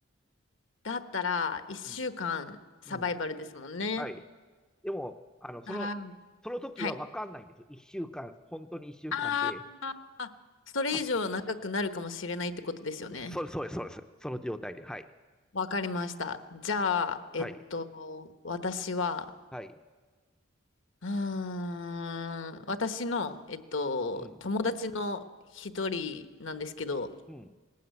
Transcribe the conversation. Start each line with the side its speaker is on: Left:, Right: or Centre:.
Left: だったら、1週間サバイバルですもんね。
Centre: うん、うんはい。でも、あの、その、
Left: なら、
Centre: その時は分かんないんですよ。
Left: はい。
Centre: 1週間、本当に1週間で、
Left: あーあ、それ以上長くなるかもしれないってことですよね。
Centre: 助そそうです、そうです。その状態で。はい。
Left: わかりました。じゃあ、えっと、
Centre: はい。
Left: 私は
Centre: はい。
Left: うーん、私の、えっと、
Centre: うん。
Left: 友達の一人なんですけど、
Centre: うん。